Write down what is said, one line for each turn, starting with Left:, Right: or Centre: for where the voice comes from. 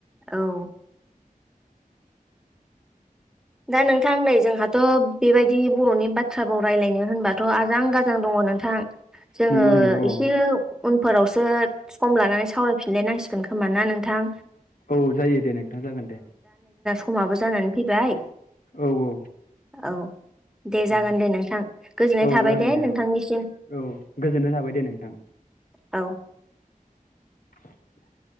Centre: औ। दा नोंथां नै जोंहाथ' बेबायदि बर'नि बाथ्राबाव रायलायनो होनबाथ' आजां गाजां दङ। नोंथां जोङो
Left: नंगौ नंगौ
Centre: एसे उनफोरावसो सम लानानै सावरायफिनलायनांसिग गोन खोमा ना नोंथां?
Left: औ जायो दे नोंथां जागोन दे‌।
Centre: खमाबो जानानै फैबाय।
Left: औ औ।
Centre: औ दे जागोन
Left: औ
Centre: दे नोंथां गोजोननाय
Left: औ
Centre: थाबाय
Left: जागोन
Centre: दे नोंथां
Left: औ
Centre: निसिम।
Left: औ गोजोननाय थाबाय दे नोंथां।
Centre: औ।
Left: <inaudible>